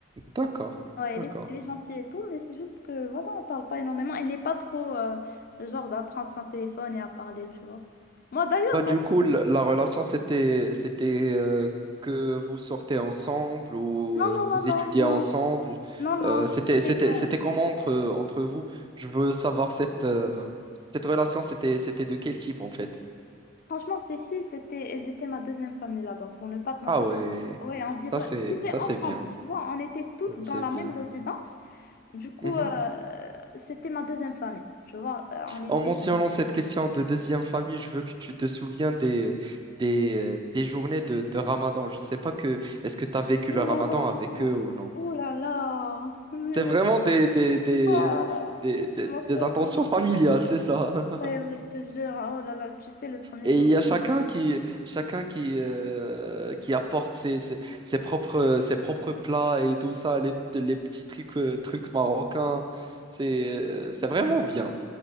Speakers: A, on the right; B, on the left.
A: D'accord,
B: Ouais,
A: d'accord.
B: elle est, elle est gentille et tout, mais c'est juste que, voilà, on parle pas énormément. Elle n'est pas trop euh, le genre à prendre son téléphone et à parler, tu vois. Moi, d'ailleurs,
A: Bah,
B: non,
A: du coup, l- la relation, c'était, c'était euh, que vous sortez ensemble ou
B: non,
A: euh,
B: non,
A: vous
B: non, non,
A: étudiez
B: non,
A: ensemble.
B: non, non.
A: Euh, c'était,
B: c'était-
A: c'était,
B: euh,
A: c'était comment entre, entre vous? Je veux savoir cette, euh, cette relation, c'était, c'était de quel type en fait?
B: franchement, ces filles, c'était, elles étaient ma deuxième famille là-bas, pour ne pas te mentir.
A: Ah ouais,
B: Ouais, on vivait,
A: ça c'est,
B: on vivait
A: ça
B: ensemble,
A: c'est bien,
B: tu vois. On était toutes
A: Ça,
B: dans
A: c'est
B: la
A: bien.
B: même résidence. Du coup,
A: Mhm.
B: euh, c'était ma deuxième famille, tu vois. Euh, on était...
A: En mentionnant cette question de deuxième famille, je veux que tu te souviens des, des, euh, des journées de, de Ramadan. Je ne sais pas que est-ce que tu as vécu
B: Oh
A: le Ramadan
B: là là,
A: avec eux ou non.
B: oh là là. <laughs>
A: C'est vraiment des, des, des,
B: Ah,
A: euh, des,
B: ce que
A: des-
B: tu m'as
A: des
B: fait
A: intentions familiales, c'est ça. <laughs>
B: Ouais, oui, je te jure. Oh là là, tu sais, le premier
A: Et
B: jour.
A: il y a chacun
B: vraiment.
A: qui, chacun qui, euh, qui apporte ses, ses, ses propres, ses propres plats et tout ça, les, les petits trucs, euh, trucs marocains. C'est, euh, c'est vraiment bien.